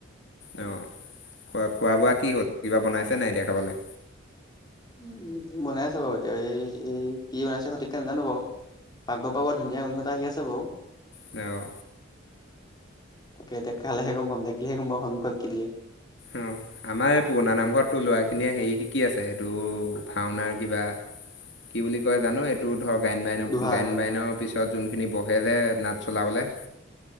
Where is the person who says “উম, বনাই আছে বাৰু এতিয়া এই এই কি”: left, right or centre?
Left